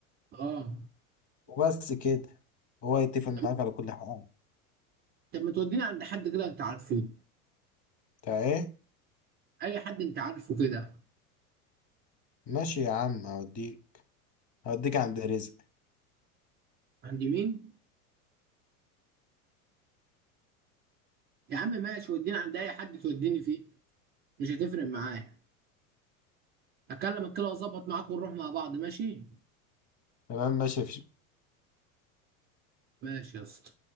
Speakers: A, on the right; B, on the left.
A: اه
B: وبس كده هو يتفق معاك
A: طب
B: على كل حاجة
A: طب ما توديني عند حد كده انت عارفه
B: بتاع ايه
A: اي حد انت عارفه كده
B: ماشي يا عم هوديك هوديك عند رزق
A: عند مين يا عم ماشي وديني عند اي حد توديني فيه مش هتفرق معايا اكلمك كده واظبط معاك ونروح مع بعض ماشي
B: تمام ماشي مفيش
A: ماشي يا اسطى